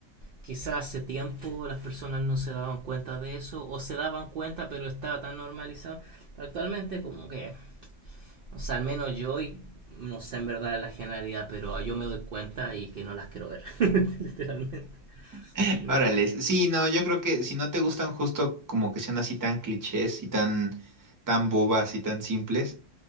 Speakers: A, on the right; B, on the right.
A: quizás hace tiempo las personas no se daban cuenta de eso o se daban cuenta pero estaba tan normalizado. Pero actualmente como que, o sea, al menos yo y no sé en verdad la generalidad, pero yo me doy cuenta y que no las quiero ver, <laughs> literalmente.
B: <laughs>
A: Mm,
B: Órale, sí, no, yo creo que si no te gustan justo como que sean así tan clichés y tan, tan bobas y tan simples.